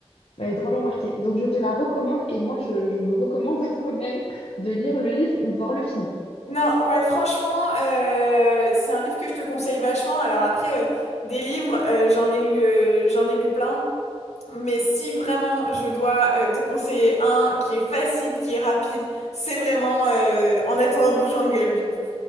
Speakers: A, on the left (about 65°); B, on the left (about 80°).
A: m'avait drôlement marqué. Donc je te la recommande et moi je, je me recommande <laughs> à moi-même de lire le livre ou voir le film.
B: Non, ouais, franchement, euh, c'est un livre que je te conseille vachement. Alors après, euh, des livres, euh, j'en ai lu, euh, j'en ai lu plein. Mais si vraiment je dois euh, te conseiller un qui est facile, qui est rapide, c'est vraiment euh, En attendant Jungle du coup.